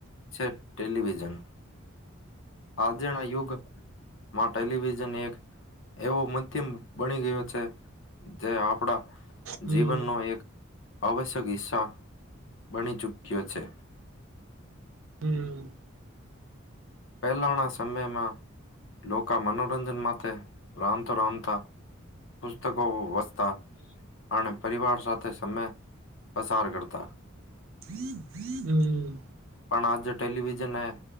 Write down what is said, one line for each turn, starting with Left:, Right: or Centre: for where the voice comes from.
Left: છે. ટેલિવિઝન. આજ જણા યુગ. માં ટેલિવિઝન એક એવો મધ્યમ બની ગયો છે જે આપણા.
Right: હમ
Left: જીવનનો એક. આવશ્યક હિસ્સા બની ચૂક્યો છે.
Right: હમ્મ
Left: પહેલાના સમયમાં લોકો મનોરંજન માટે રામતો રામતા પુસ્તકો વચતા અને પરિવાર સાથે સમય પસાર કરતા.
Right: હમ્મ
Left: પણ આજે ટેલિવિઝનને